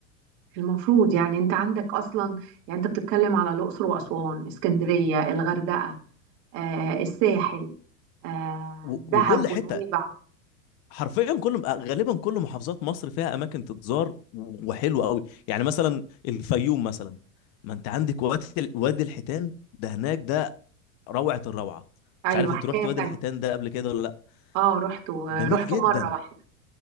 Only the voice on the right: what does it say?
المفروض يعني انت عندك اصلا يعني انت بتتكلم على الاقصر واسوان اسكندريه الغردقه آه الساحل آه
دهب
ونويبع
ايوه
حكايه
تانية
اه رحتوا
رحتوا
مره واحده